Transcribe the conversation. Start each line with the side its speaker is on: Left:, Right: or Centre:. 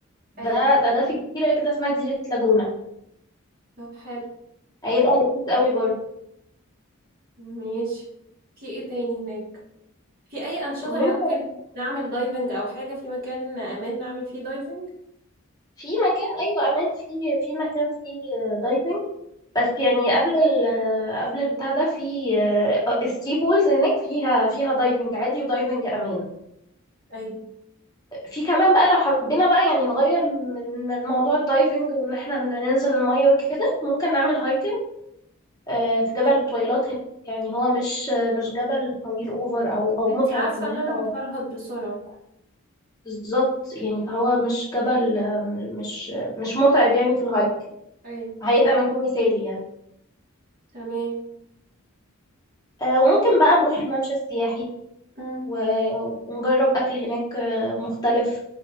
Left: ده
Right: ايوه
Left: ده ده في جزيرة كده اسمها جزيرة لاجونا
Right: طب حلو
Left: هيبقى لذيذ قوي برضه
Right: ماشي في ايه تاني هناك في اي انشطه
Left: ممكن
Right: يمكن نعمل دايفنج او حاجه في مكان امان نعمل فيه دايفنج
Left: في مكان أيوة أمان في في مكان فيه آه، دايفنج بس
Right: مم.
Left: يعني قبل ال آه، قبل البتاع ده في آه، الثري بولز هناك فيها فيها دايفنج عادي ودايفنج أمان
Right: طيب
Left: في كمان بقى لو حبينا بقى يعني نغير من من موضوع الدايفنج وان احنا ننزل المية وكده ممكن نعمل هايكنج آه، في جبل
Right: حلو
Left: الطويلات هناك يعني هو مش آه، مش جبل طويل اوفر او او
Right: انتي
Left: متعب
Right: عارفه
Left: في ان
Right: ان
Left: احنا
Right: انا بفرهد بسرعه
Left: بالظبط يعني فهو مش جبل آه، مش مش متعب يعني في الهايك
Right: ايوه
Left: هيبقى مكان مثالي يعني
Right: تمام
Left: آه، وممكن بقى نروح الممشى السياحي
Right: مم.
Left: و- ونجرب اكل هناك آه، مختلف